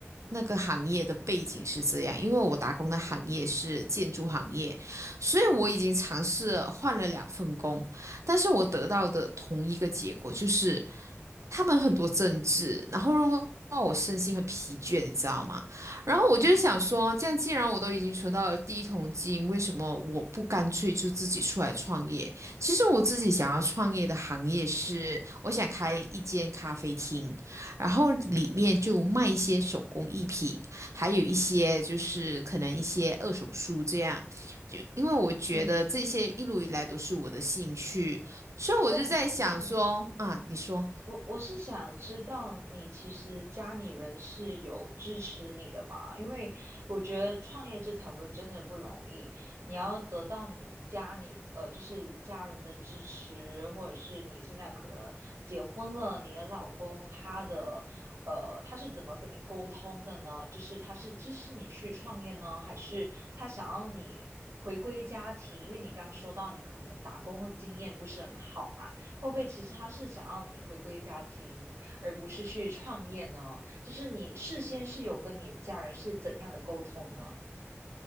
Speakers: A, on the right (about 85°); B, on the right (about 75°).
A: 那个行业的背景是这样，因为我打工的行业是建筑行业，所以我已经尝试了换了两份工，但是我得到的同一个结果就是他们很多政治，然后让让我身心很疲倦，你知道吗？然后我就是想说，
B: 嗯
A: 这样既然我都已经存到了第一桶金，为什么我不干脆就自己出来创业？其实我自己想要创业的行业是，我想开一间咖啡厅，然后里面就卖一些手工艺品，还有一些就是可能一些二手书这样。就因为我觉得这些一路以来都是我的兴趣，
B: 嗯，
A: 所以我就在想说啊，
B: 但嗯，
A: 你说。
B: 我我是想知道你其实家里人是有支持你的嘛？因为我觉得创业这条路真的不容易，你要得到你家里呃，就是家人的支持，或者是你现在可能结婚了，你的老公他的呃，他是怎么跟你沟通的呢？就是他是支持你去创业呢，还是他想要你回归家庭？因为你刚刚说到你可能打工的经验不是很好嘛。会不会其实他是想要你回归家庭，而不是去创业呢？就是你事先是有跟你家人是怎样的沟通呢？